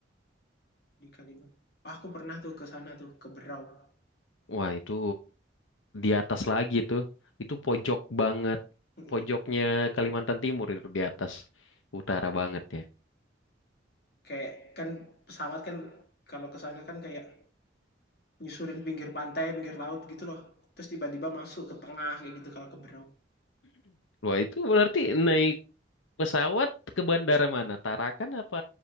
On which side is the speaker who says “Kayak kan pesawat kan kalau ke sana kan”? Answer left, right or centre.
Left